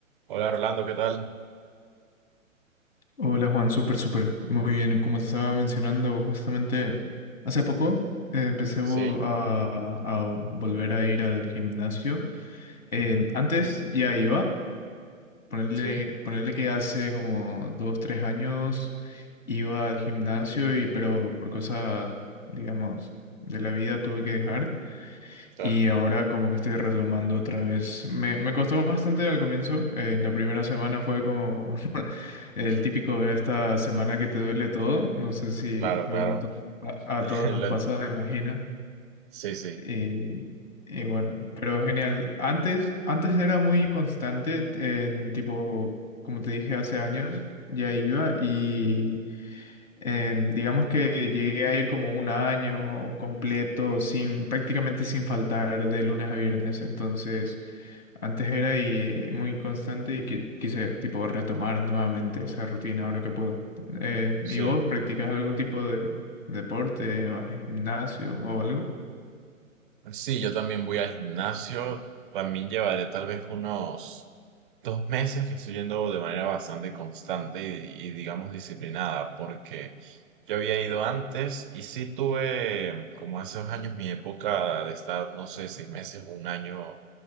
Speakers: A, on the right (about 40°); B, on the left (about 70°).
A: Hola, Rolando, ¿qué tal?
B: Hola Juan, súper, súper. Muy bien, como te estaba mencionando, justamente hace poco eh, empecé
A: Sí,
B: vo- a, a volver a ir al gimnasio. Eh,
A: ujú,
B: antes ya iba, ponerle,
A: sí,
B: ponerle que hace como dos, tres años iba al gimnasio, y, pero por cosas, digamos, de la vida tuve que dejar.
A: claro,
B: Y ahora como que estoy retomando otra vez. Me, me costó bastante al comienzo. eh, la primera semana fue como el
A: ujú,
B: típico de esta semana que te duele todo, no sé si,
A: claro,
B: bueno,
A: claro.
B: a, to- a- a
A: <laughs>
B: todos nos
A: Lo-
B: pasa, me imagino.
A: Sí, sí,
B: Y, y bueno, pero genial. Antes, antes era muy constante, en tipo, como te dije hace años, ya iba y eh, digamos que llegué a ir como un año completo, sin, prácticamente sin faltar de lunes a viernes. Entonces, antes era y muy constante y qui- quise tipo retomar nuevamente esa rutina ahora que puedo. Eh,
A: sí.
B: ¿y vos practicas algún tipo de deporte, vas al gimnasio o algo?
A: Sí, yo también voy al gimnasio. También llevaré tal vez unos dos meses que estoy yendo de manera bastante constante y, y, digamos disciplinada, porque yo había ido antes y sí tuve como hace dos años mi época de estar, no sé, seis meses o un año